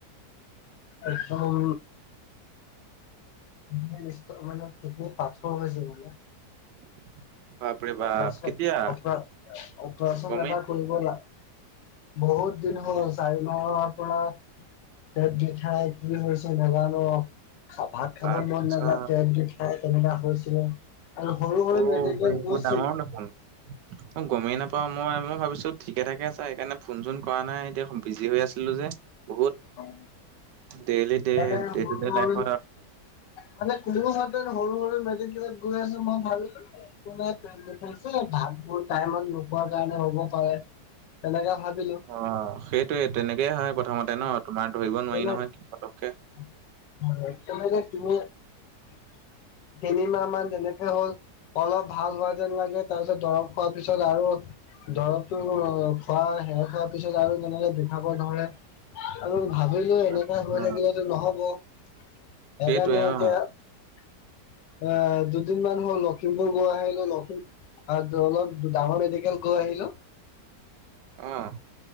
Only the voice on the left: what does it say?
একদম <unintelligible> মানে কিডনীৰ পাঠৰ হৈছে <unintelligible>
অপাৰেচন
অপ অপাৰেচন
এটা কৰিব লাগে। বহুত দিন হ'ল চাৰি মাহৰ পৰা পেট বিষাই কি হৈছে নাজানোঁ আৰু। ভাত খাব
মন নাযায় পেট বিষ তেনেকা হৈছিলে, আৰু সৰু-সৰু
মেডিকেল
গৈ
<unintelligible>
এ মল <unintelligible>
মানে <unintelligible> সৰু-সৰু মেডিকেলত গৈ আছোঁ মই ভাবিলোঁ <unintelligible> দেখাইছে ভাত বোৰ টাইমত নোপোৱাৰ কাৰণে হ'ব পাৰে। তেনেকাে ভাবিলোঁ।
তেনে
<unintelligible> তিনিমাহ মান যেনেকে হ'ল অলপ ভাল হোৱা যেন লাগে, তাৰ পিছত দৰৱ খোৱাৰ পিছত আৰু দৰৱতটো খোৱা সেষ খোৱাৰ পিছত আৰু তেনেকে বিঠাব ধৰে। আৰু ভাবিলোঁ এনেকুৱা
হৈ থাকিলেতো নহব, সেইকাৰণে
এতিয়া
আহ দুদিনমান হ'ল লখিমপুৰ গৈ আহিলোঁ, লখিমপুৰ আৰু অলপ ডাঙৰ মেডিকেল গৈ আহিলোঁ